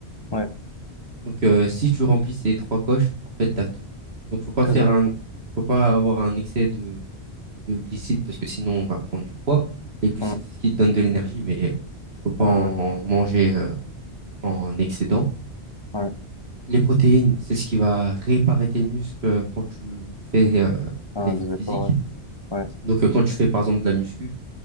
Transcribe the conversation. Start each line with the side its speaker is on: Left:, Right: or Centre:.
Left: ouais,
Right: Donc, euh, si tu remplis ces trois coches, en fait, tu as tout. Donc, faut pas faire
Left: c'est ça.
Right: un, faut pas avoir un excès de de glucides parce que sinon on va prendre du poids. Les glucides,
Left: Mm.
Right: c'est ce qui te donne de l'énergie, mais euh, faut pas
Left: Ouais,
Right: en
Left: ouais,
Right: manger euh, en excédent.
Left: ouais.
Right: Les protéines, c'est ce qui va réparer tes muscles quand tu fais euh,
Left: Ah,
Right: un effort
Left: des
Right: physique.
Left: efforts, ouais. Ouais,
Right: Donc euh, quand tu fais par exemple de la muscu,